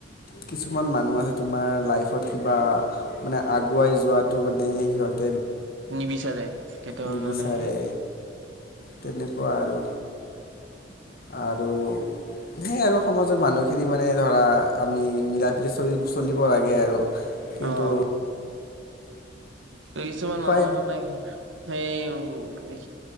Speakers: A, on the left; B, on the right.
A: কিছুমান মানুহ আছে তোমাৰ লাইফত কিবা মানে আগুৱাই যোৱাটো মানে সিহঁত
B: নিবিচাৰে কিন্তয়া
A: নিবিচাৰে
B: মানে।
A: তেনেকুৱা আৰু। আৰু সেইয়ে আৰু সমাজৰ মানুহখিনি মানে ধৰা আমি মিলা প্ৰীতি চল-চলিব লাগে। গে আৰু কিন্তু
B: অ কিছুমান
A: উপায়
B: মানুহৰ মানে সেই উ